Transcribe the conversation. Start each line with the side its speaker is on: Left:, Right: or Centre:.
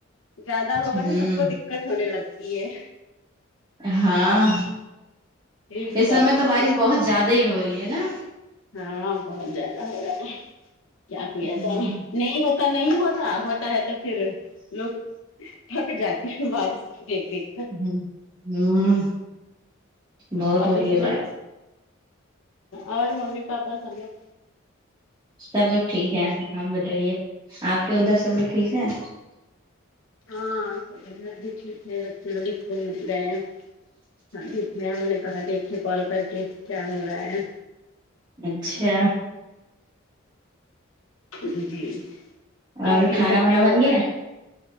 Left: زیادہ ہوگا
Right: ہ
Left: تو سب کو دیکت ہونے لگتی ہے
Right: ہاں
Left: یہ بھی
Right: اس سمے
Left: بات
Right: تو
Left: ہے
Right: بارش بہت زیادہ ہی ہو رہی ہے نا
Left: ہاں بہت زیادہ ہو رہا ہے کیا کیا
Right: ہوں
Left: جائے نہیں ہو تو نہیں ہوتا ہوتا ہے تو پھر لوگ تھک جاتی ہوں بارش کو دیکھ دیک
Right: ہ ہوں بہت
Left: بارش
Right: ہو رہی ہے
Left: میں اور ممی پاپا سب لوگ
Right: سب لوگ ٹھیک ہے آپ بتائیے آپ کے ادھر سب لوگ ٹھیک ہیں
Left: ہاں سب گھر بھی ٹھیک ہے بچے لوگ اسکول گئے ہیں ہاں جٹیک ہے ہم نے کہا دیکھے کال کر کے کیا ہو رہا ہے
Right: اچھا
Left: جی
Right: اور
Left: آپ کے
Right: کھانا
Left: ادھر
Right: وانا
Left: کیا ہوگا
Right: بن گیا